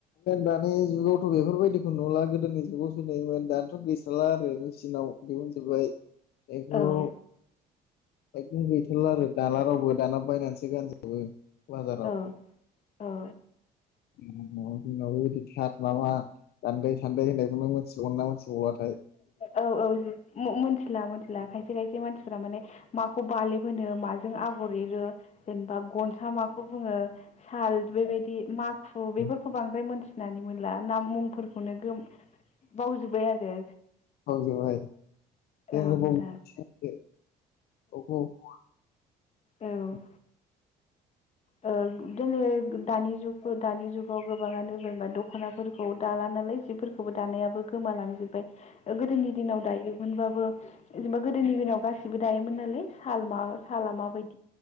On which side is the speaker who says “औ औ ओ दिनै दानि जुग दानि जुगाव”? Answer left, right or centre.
Left